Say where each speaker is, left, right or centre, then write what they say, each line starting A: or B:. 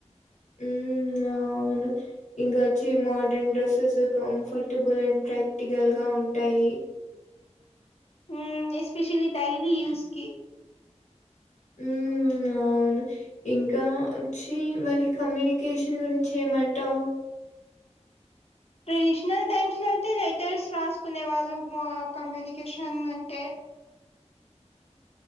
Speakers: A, on the left; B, on the left.
A: మ్ అవ్ ఇంకొచ్చి modern dresses comfortable and practical గా ఉంటాయి
B: ఉ ఎస్పెషలీ డైలీ యూస్కి
A: ఉమ్ అవును ఇంకా వచ్చి మరి కమ్యూనికేషన్ గురించి ఏమంటావు
B: ట్రెడిషనల్ టైమ్స్ లో అయితే లెటర్స్ రాసుకునే వాళ్ళు కమ్యూనికేషన్ అంటే